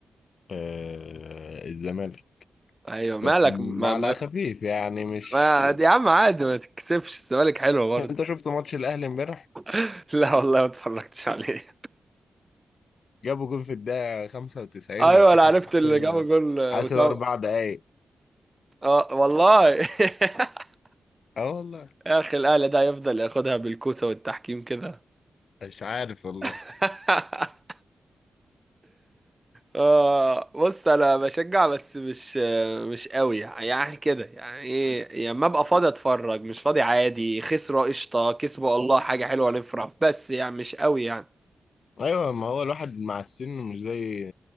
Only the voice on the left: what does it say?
آه، الزمالك
بس م-
على
خفيف يعني مش
انت شفت ماتش الاهلي امبارح
جابوا جول في الدقيقه 95
والحكم
حط-
حاسب
اربع دقايق
اه والله
مش عارف والله
ايوه ما هو الواحد مع السن مش زي